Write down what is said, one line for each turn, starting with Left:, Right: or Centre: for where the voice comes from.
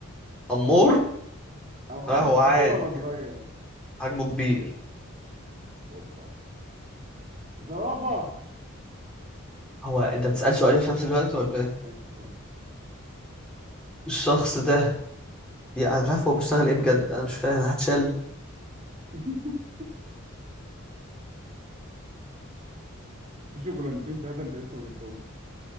Centre: امور
Right: أو
Centre: لا
Right: حد
Centre: هو عادي
Right: كبير ولا صغير
Centre: حجمه كبير
Right: أوبا زرافة
Centre: هو انت بتسأل سؤالين في نفس الوقت ولا ايه
Right: ماشي طبعا
Centre: الشخص ده يعني انا مش عارف هو بيشتغل ايه بجد انا مش فاهم هتشال
Right: <laughs> في شغلانتين تلاتة أنت لسه ما جبتهمش